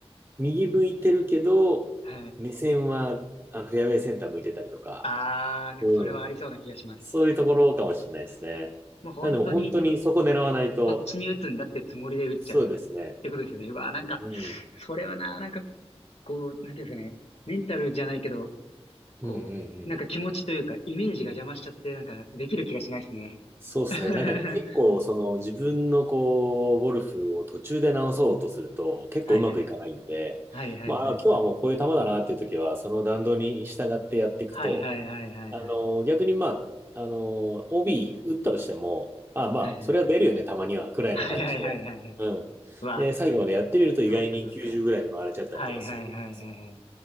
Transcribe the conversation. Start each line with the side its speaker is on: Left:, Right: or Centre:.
Right: 右向いてるけど、
Left: はい。
Right: 目線はあのフェアウェイセンター向いてたりとか、
Left: あー、なんかそれはありそうな気がします。
Right: うん。そういうところかもしれないですね。
Left: もう本当に、
Right: なんでも本当にそこ狙わないと、
Left: そっちに打つんだってつもりで打っちゃうっ
Right: そうですね。
Left: てことですよね。うわー、なんか、
Right: うん。
Left: それはな、なんか、こう、なんていうんですかね、メンタルじゃないけど、こう、
Right: うんうんうん
Left: なんか気持ちというか、イメージが邪魔しちゃって、なんか、できる気がしないですね。
Right: そうですね。
Left: <laughs>
Right: なんかね、結構、その自分のこう、ゴルフを途中で直そうとすると、結構うまくいかないんで、
Left: はいはいはい。はいはいはいはい。
Right: まあ、今日はもうこういう球だなっていう時は、その弾道に従ってやっていくと、
Left: はいはいはいはい
Right: あの、逆にまあ、あの、OB 打ったとしても、ああまあ、
Left: はいはい。
Right: それは出るよね、たまには、くらいの感じで。
Left: はいはいはいはいはい。
Right: うん。
Left: うわ、
Right: で、最後までやってみると意外に90ぐらいで回れちゃったりとかすると思うんです
Left: そっかそっか。はいはいはいはいはい。